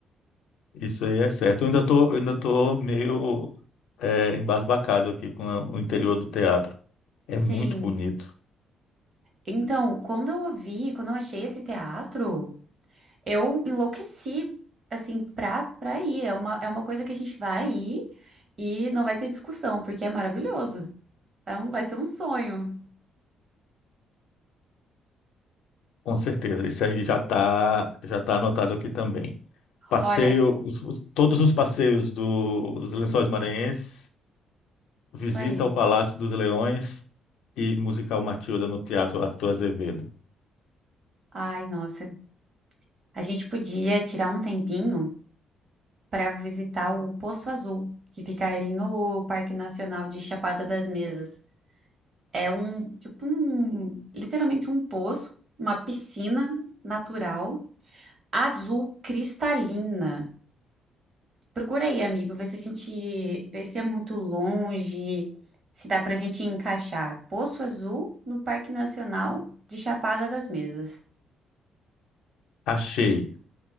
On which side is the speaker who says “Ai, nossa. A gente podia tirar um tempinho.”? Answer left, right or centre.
Right